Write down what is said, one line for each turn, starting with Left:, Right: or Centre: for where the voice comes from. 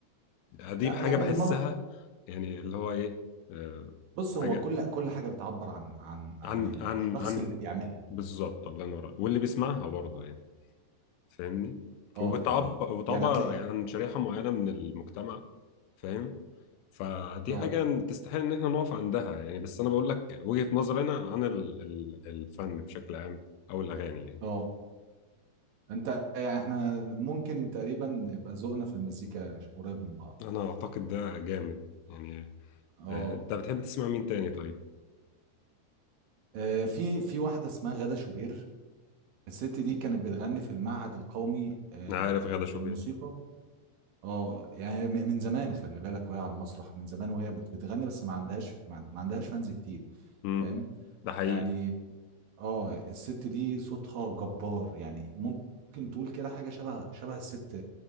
Left: دي
Right: لا
Left: حاجة
Right: يعني
Left: بحسها
Right: المهر
Left: يعني اللي هو إيه آه،
Right: بص
Left: حاجة
Right: هو كل كل حاجه بتعبر عن عن عن
Left: عن
Right: الشخص
Left: عن عن
Right: اللي بيعملها
Left: بالظبط الله ينور عليك. واللي بيسمعها برضه
Right: اه
Left: يعني. فاهمني
Right: اه
Left: وبتعبر
Right: يعني
Left: وتعبر
Right: يعني هتلاقي
Left: يعني عن شريحة معينة من المجتمع فاهم فدي
Right: اه
Left: حاجة تستحيل إن إحنا نقف عندها يعني بس أنا بقول لك وجهة نظرنا عن ال- ال- الفن بشكل عام أو الأغاني يعني
Right: اه انت يعني احنا ممكن تقريبا يبقى ذوقنا في المزيكا قريب من بعض
Left: أنا أعتقد ده جامد يعني
Right: اه
Left: آه، أنت بتحب تسمع مين تاني طيب؟
Right: آه، في في واحده اسمها غادة شوبير الست دي كانت بتغني في المعهد القومي آه،
Left: أنا عارف غادة
Right: للموسيقى
Left: شوبير
Right: اه يعني م- من زمان خلي بالك وهي على المسرح من زمان وهي بت- بتغني بس ما عندهاش ما ما عندهاش فانز كتير
Left: امم
Right: فاهم
Left: ده حقيقي
Right: يعني اه الست دي صوتها جبار يعني ممكن تقول كده حاجة شبه شبه الست